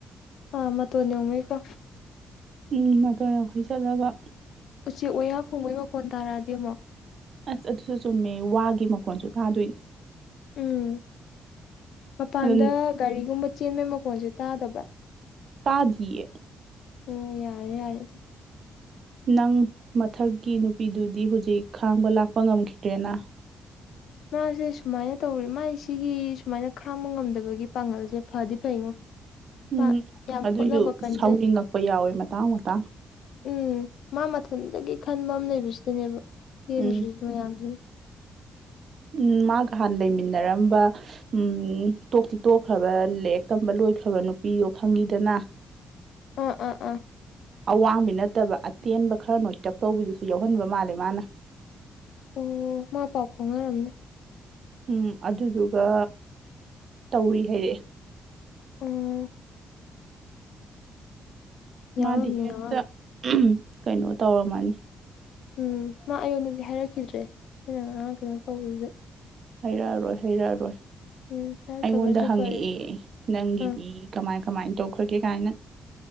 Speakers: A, on the left; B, on the right.
A: ꯑꯥ ꯃꯇꯣꯌꯧꯅꯩꯀꯣ
B: ꯎꯝ ꯃꯇꯣꯟ ꯌꯧꯈꯩ ꯆꯠꯂꯒ
A: ꯎꯆꯦꯛ ꯑꯣꯌꯥ ꯈꯣꯡꯕꯩ ꯃꯈꯣꯟ ꯇꯥꯔꯛꯑꯗꯤ ꯑꯃꯨꯛ
B: ꯑꯁ ꯑꯗꯨꯁꯨ ꯆꯨꯝꯃꯦ ꯋꯥꯒꯤ ꯃꯈꯣꯟꯁꯨ ꯊꯥꯗꯣꯏꯅꯦ
A: ꯎꯝ ꯃꯄꯥꯟꯗ
B: ꯑꯗꯨꯝ
A: ꯒꯥꯔꯤꯒꯨꯝꯕ ꯆꯦꯟꯕꯒꯤ ꯃꯈꯣꯟꯁꯦ ꯇꯥꯗꯕ꯭ꯔꯥ
B: ꯇꯥꯗꯤꯌꯦ
A: ꯎꯝ ꯌꯥꯔꯦ ꯌꯥꯔꯦ ꯑꯗꯨꯗꯤ
B: ꯅꯪ ꯃꯊꯛꯀꯤ ꯅꯨꯄꯤꯗꯨꯗꯤ ꯍꯨꯖꯤꯛ ꯈꯥꯡꯕ ꯂꯥꯛꯄ ꯉꯝꯈꯤꯗ꯭ꯔꯦꯅ
A: ꯃꯥꯁꯦ ꯁꯨꯃꯥꯏꯅ ꯇꯧꯔꯦ ꯃꯥꯥꯏ ꯁꯤꯒꯤ ꯁꯨꯃꯥꯏꯅ ꯈꯥꯡꯕ ꯉꯝꯗꯕꯒꯤ ꯄꯥꯡꯒꯜꯁꯦ ꯐꯗꯤ ꯐꯩꯉꯣ
B: ꯎꯝ
A: ꯃꯥ ꯌꯥꯝ
B: ꯑꯗꯨꯏꯁꯨ
A: ꯍꯣꯠꯅꯕ ꯀꯟꯖꯩ
B: ꯁꯥꯎꯅꯤꯡꯉꯛꯄ ꯌꯥꯎꯋꯦ ꯃꯇꯥꯡ ꯃꯇꯥꯡ
A: ꯎꯝ ꯃꯥ ꯃꯊꯟꯗꯒꯤ ꯈꯟꯕ ꯑꯃ ꯂꯩꯕꯁꯤꯗꯅꯦꯕ ꯄꯦꯟꯗ꯭ꯔꯤ
B: ꯎꯝ
A: ꯃꯌꯥꯝꯁꯤꯅ
B: ꯎꯝ ꯃꯥꯒ ꯍꯥꯟꯅ ꯂꯩꯃꯤꯟꯅꯔꯝꯕ ꯎꯝ ꯇꯣꯛꯇꯤ ꯇꯣꯛꯈ꯭ꯔꯕ ꯂꯦꯛ ꯇꯝꯕ ꯂꯣꯏꯈ꯭ꯔꯕ ꯅꯨꯄꯤꯗꯣ ꯈꯪꯉꯤꯗꯅ
A: ꯑꯥ ꯑꯥ ꯑꯥ
B: ꯑꯋꯥꯡꯕꯤ ꯅꯠꯇꯕ ꯇꯦꯟꯕ ꯈꯔ ꯅꯣꯏꯇꯛ ꯇꯧꯕꯤꯗꯨꯁꯨ ꯌꯥꯎꯍꯟꯕ ꯃꯥꯜꯂꯦ ꯃꯥꯅ
A: ꯑꯣ ꯃꯥ ꯄꯥꯎ ꯐꯥꯎꯅꯔꯝꯅꯤ
B: ꯎꯝ ꯑꯗꯨꯗꯨꯒ ꯇꯧꯔꯤ ꯍꯥꯏꯔꯛꯑꯦ
A: ꯑꯣ ꯌꯥꯎꯔꯝꯅꯦ
B: ꯃꯥꯗꯤ ꯍꯦꯛꯇ
A: ꯌꯥꯎꯔꯝꯅꯦ
B: ꯀꯩꯅꯣ ꯇꯧꯔꯝꯃꯅꯤ
A: ꯎꯝ ꯃꯥ ꯑꯩꯉꯣꯟꯗꯗꯤ ꯍꯥꯏꯔꯛꯈꯤꯗ꯭ꯔꯦ ꯑꯩꯅ ꯉꯔꯥꯡ ꯀꯩꯅꯣꯝ ꯇꯧꯕꯗꯨꯗꯩ
B: ꯍꯩꯔꯛꯑꯔꯣꯏ ꯍꯩꯔꯛꯑꯔꯣꯏ
A: ꯎꯝ ꯍꯥꯏꯔꯛꯇꯕꯅꯁꯨ
B: ꯑꯩꯉꯣꯟꯗ ꯍꯪꯉꯛꯑꯦ
A: ꯐꯔꯦ
B: ꯅꯪꯒꯤꯗꯤ
A: ꯑꯥ
B: ꯀꯃꯥꯏ ꯀꯃꯥꯏ ꯇꯧꯈ꯭ꯔꯒꯦ ꯀꯥꯏꯅ